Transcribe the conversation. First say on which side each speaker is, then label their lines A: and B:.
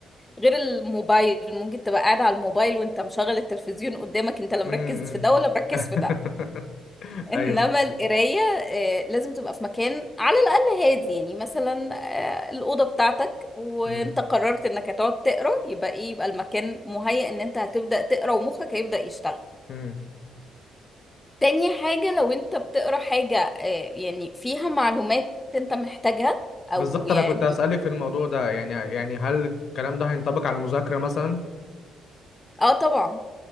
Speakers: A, on the left (about 15°); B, on the left (about 65°).
A: غير الموبايل ممكن تبقى قاعد على الموبايل وأنت مشغل التلفزيون قدامك أنت لا مركز
B: امم
A: في ده ولا مركز
B: <laughs>
A: في ده إنما
B: ايوه
A: القراية آه، لازم تبقى في مكان على الأقل هادي يعني مثلا آه، الأوضة بتاعتك وأنت
B: امم
A: قررت إنك هتقعد تقرأ يبقى إيه يبقى المكان مهيأ إن أنت هتبدأ تقرأ ومخك هيبدأ يشتغل
B: امم
A: تاني حاجة لو انت بتقرا حاجة آه، يعني فيها معلومات انت محتاجها او
B: بالظبط
A: يعني
B: انا كنت هسألك في الموضوع ده يعني يعني هل الكلام ده هينطبق على المذاكرة مثلا
A: اه طبعا